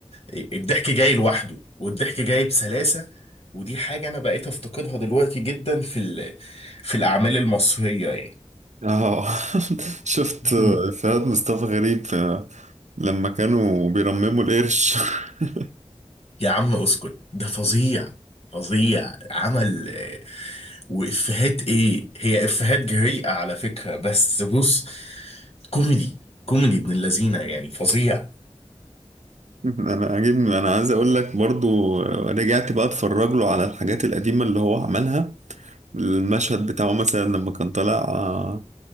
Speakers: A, on the left; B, on the right.
A: الضحك جاي لوحده والضحك جاي بسلاسة ودي حاجة انا بقيت افتقدها دلوقتي جدا في ال... في الاعمال المصرية يعني
B: اه <laughs> شفت افيهات
A: مم.
B: مصطفى غريب في- لما كانوا بيرمموا القرش <laughs>
A: يا عم اسكت ده فظيع فظيع عمل آه، وإفيهات إيه هي إفيهات جريئة على فكرة بس بص كوميدي كوميدي ابن اللذينة يعني فظيع
B: انا عاجبني انا عايز اقول لك برضو رجعت بقى اتفرج له على الحاجات القديمه اللي هو عملها المشهد بتاعه مثلا لما كان طالع آه،